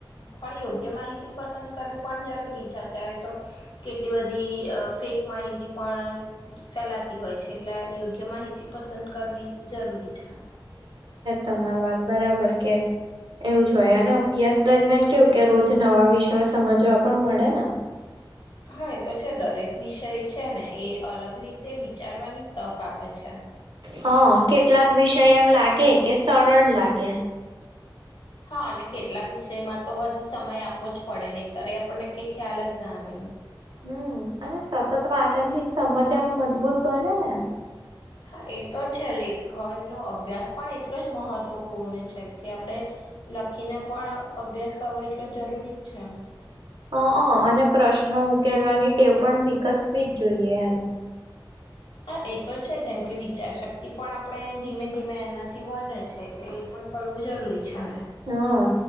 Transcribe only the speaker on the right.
તમાર વાત બરાબર કે. એવું જ હોય અને અભ્યાસ દરમિયાન કેવું કે રોજ નવા વિષયો સમજવા પણ મળે ને. હ.
હ કેટલાક વિષય એમ લાગે કે સરળ લાગે.
હમ અને સતત વાંચન થી જ સમજ એમ મજબૂત બને ને.
હ, હ, અને પ્રશ્નો ઉકેલવાની ટેવ પણ વિકસવી જ જોઈએ, એમ.
હા,